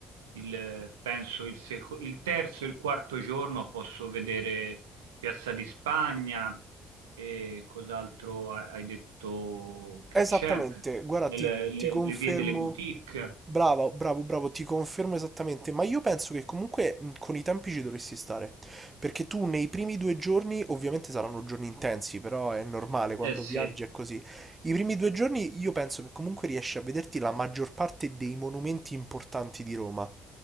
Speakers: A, on the right; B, on the right.
A: Il, penso il, seco- il terzo e il quarto giorno posso vedere Piazza di Spagna e cos'altro ha- hai detto che
B: Esattamente,
A: c'è,
B: guarda,
A: Nelle-
B: ti,
A: le,
B: ti confermo,
A: le vie delle boutique.
B: bravo, bravo, bravo, ti confermo esattamente, ma io penso che comunque mh, con i tempi ci dovresti stare, perché tu nei primi due giorni, ovviamente saranno giorni intensi, però è normale quando
A: Eh sì,
B: viaggi è così, i primi due giorni io penso che comunque riesci a vederti la maggior parte dei monumenti importanti di Roma.